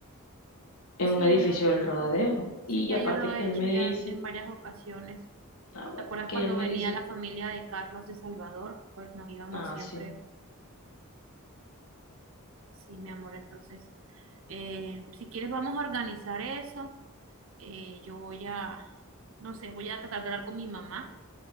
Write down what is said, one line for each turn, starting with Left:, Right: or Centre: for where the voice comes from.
Left: en
Right: Sí,
Left: un edificio
Right: amor.
Left: del Rodadero.
Right: Sí,
Left: Y
Right: ya
Left: aparte
Right: yo lo
Left: que
Right: he
Left: él
Right: hecho
Left: me
Right: ya
Left: dice,
Right: en, en varias ocasiones.
Left: ah, bueno,
Right: ¿Te acuerdas
Left: que
Right: cuando
Left: él me
Right: venía
Left: dice,
Right: la familia de Carlos de Salvador? Pues nos íbamos
Left: ah,
Right: siempre.
Left: sí,
Right: Sí, mi amor. Entonces, eh, si quieres vamos a organizar eso. Eh, yo voy a, no sé, voy a tratar de hablar con mi mamá